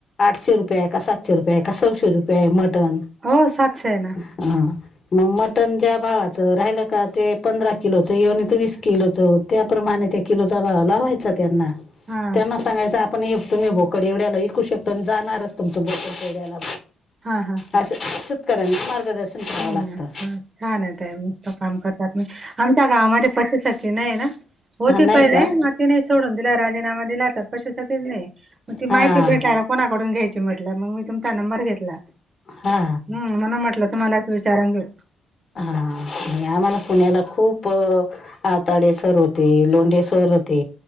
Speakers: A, on the left; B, on the right.
A: आठशे रुपये का सातशे रुपये का सशे रुपये मटन
B: हो सातशे आहे ना
A: हां मग मटन ज्या भावाचं राहिलं का ते पंधरा किलोचं येऊन तर वीस किलोचं होऊ त्याप्रमाणे त्या किलोचा भाव लावायचा त्यांना
B: हा
A: त्यांना
B: असं
A: सांगायचं आपण हे तुम्ही भोकड एवढ्याला विकू शकता आणि जाणारच तुमचं भोकड तेवड्याला
B: हा, हा
A: अ शेतकऱ्यांना मार्गदर्शन करावं
B: हा
A: लागतं
B: असं छान येत आहे मस्त काम करतात मी आमच्या गावामध्ये पशुसी नाही ना होते
A: हा नाही
B: पहिलेय
A: का
B: ति नाही सोडून दिला राजीनामा दिला तर कशसाठीच नाही मग ती
A: हा
B: माहिती भेटा कोणाकडून घ्यायची म्हटलं मग मी तुमचा नंबर घेतला
A: हा
B: हम् म्हणून म्हटलं तुम्हालाच विचार घेवू
A: हां आणि आम्हाला पुण्याला खूप आवताडे सर होते, लोंढे सर होते